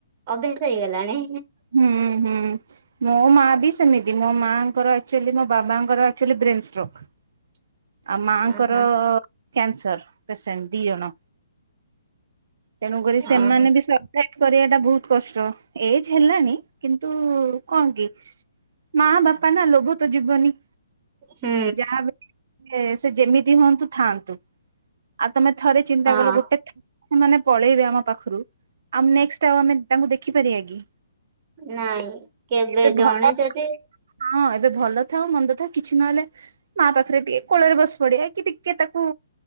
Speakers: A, on the right; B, on the right.
A: ଅଭ୍ୟାସ ହେଇଗଲାଣି।
B: ହୁଁ ହୁଁ। ମୋ ମାଆ ବି ସେମିତି, ମୋ ମାଆଙ୍କର ଏକଚୁଏଲୀ, ମୋ ବାବାଙ୍କର ଏକଚୁଏଲୀ ବ୍ରେନ ଷ୍ଟ୍ରକ୍।
A: <inaudible>
B: ଆଉ ମାଆଙ୍କର
A: ଓହୋ
B: କ୍ୟାନସର ପେସେଣ୍ଟ ଦି ଜଣ। ତେଣୁ କରି ସେମାନେ
A: ଓହୋ
B: ବି ସର୍ଭେଟ କରିବା ଟା ବହୁତ କଷ୍ଟ। ଏ ହେଲାଣି କିନ୍ତୁ କଣ କି। ମାଆ ବାପା ନା ଲୋଭୋ ତ ଯିବନି।
A: ହୁଁ।
B: ଯାହା ବି ସେ ଯେମିତି ହୁଅନ୍ତୁ ଥାଆନ୍ତୁ। ଆଉ ତମେ ଥରେ ଚିନ୍ତା
A: ହଁ
B: କଲ ଗୋଟେ ସେମାନେ ପଳେଇବେ ଆମ ପାଖରୁ। ଆଉ ନେଷ୍ଟ ଆଉ ଆମେ ତାଙ୍କୁ ଦେଖିପାରିବା କି?
A: ନାଇଁ କେବେ
B: ଏବେ
A: ଜଣେ
B: ଭଲ
A: ଯଦି
B: ହଁ ଏବେ ଭଲ ଥାଉ ମନ୍ଦ ଥାଉ କିଛି ନହେଲେ ମାଆ ପାଖରେ ଟିକେ କୋଳରେ ବସି ପଡେ, କି ଟିକେ ତାକୁ